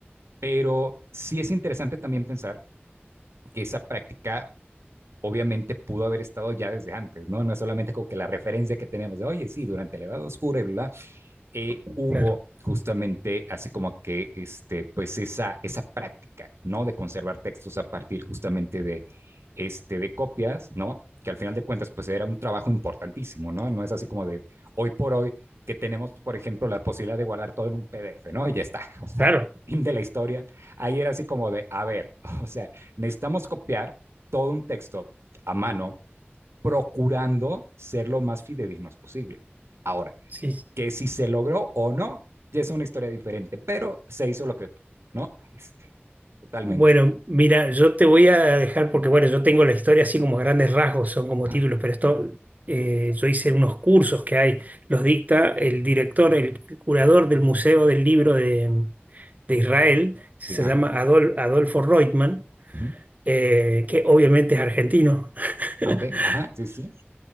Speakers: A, on the right; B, on the right.
A: Pero sí es interesante también pensar que esa práctica obviamente pudo haber estado ya desde antes, ¿no? No es solamente como que la referencia que tenemos de, oye, sí, durante la Edad Oscura y bla, bla, eh, hubo
B: claro,
A: justamente así como que este, pues esa, esa práctica, ¿no? De conservar textos a partir justamente de, este, de copias, ¿no? Que al final de cuentas, pues era un trabajo importantísimo, ¿no? No es así como de hoy por hoy que tenemos, por ejemplo, la posibilidad de guardar todo en un PDF, ¿no? Y ya está, <laughs> o sea,
B: claro.
A: fin de la historia. Ahí era así como de, a ver, <laughs> o sea, necesitamos copiar todo un texto a mano, procurando ser lo más fidedignos posible. Ahora,
B: Sí, sí.
A: que si se logró o no, ya es una historia diferente, pero se hizo lo que pudo, ¿no? Este, totalmente.
B: Bueno, mira, yo te voy a dejar porque, bueno, yo tengo la historia así como a grandes rasgos, son como
A: Ajá.
B: títulos, pero esto, eh, yo hice unos cursos que hay, los dicta el director, el curador del Museo del Libro de, de Israel, se
A: Sí, ajá.
B: llama Adol- Adolfo Reutemann,
A: Ujú.
B: eh, que obviamente es argentino, <laughs>
A: Ah, Ok, ajá, sí, sí.